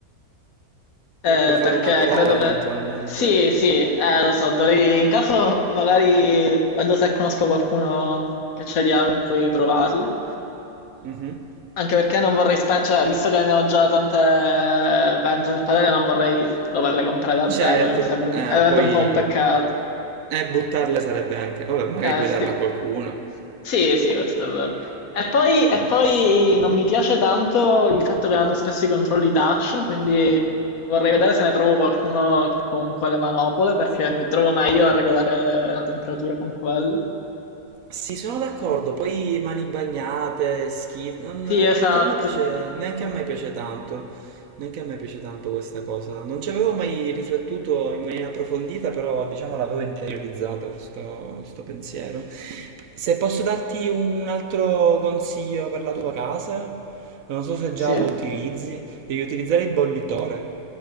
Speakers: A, on the left; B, on the right.
A: Ehm,
B: Puoi fare
A: perché
B: una prova
A: credo
B: eventualmente.
A: che sì, sì, eh, lo so, dovrei... in caso magari vedo se conosco qualcuno che ce li ha con cui provarle.
B: Mhm.
A: Anche perché non vorrei spendere, cioè, visto che ne ho già tante pentole e padelle, non vorrei doverle comprare da
B: Certo,
A: zero, e mi sarebbe...
B: po- eh,
A: sarebbe
B: poi
A: un po' un peccato.
B: eh, buttarle sarebbe anche... Vabbè, magari
A: Eh
B: puoi
A: sì.
B: darla a qualcuno.
A: Sì, sì, questo è vero. E poi, e
B: Mhm.
A: poi non mi piace tanto il fatto che hanno spesso i controlli touch, quindi vorrei vedere se ne trovo qualcuno con quelle manopole, perché
B: Sì,
A: mi trovo meglio a regolare la temperatura con quelle.
B: sono d'accordo, poi mani bagnate, schi... non-
A: Sì, esatto.
B: neanche a me piace, neanche a me piace tanto, neanche a me piace tanto questa cosa. Non ci avevo mai riflettuto in maniera approfondita, però diciamo l'avevo interiorizzata questo, questo pensiero. Se posso darti un altro consiglio per la tua casa, non so se già
A: Sì,
B: lo utilizzi, Devi utilizzare il bollitore